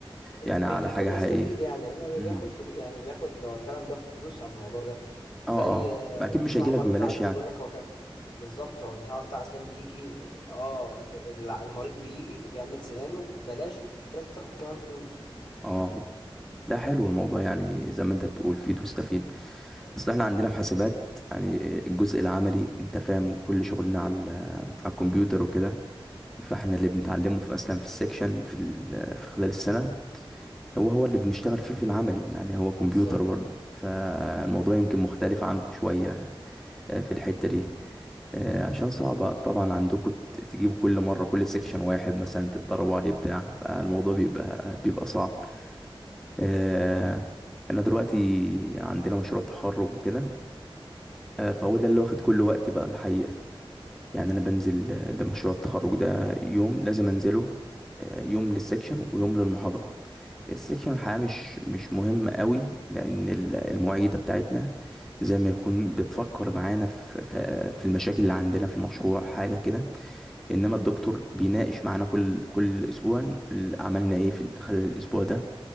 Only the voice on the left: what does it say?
بز-
بيفيد
وبيستفيد
يعني لانه بي-
بياخد فلوس يعني بياخد هو فعلا بياخد فلوس على الموضوع ده
زي
آه،
صاحبك
بتاع اسنان
بيقول لك هو كان بالظبط هو صاحبك بتاع اسنان بيجي اه الع- المريض بيجي بيعمل سنانه ببلاش في ناس بتاخد كمان فلوس
بالظبط
مم.
مم.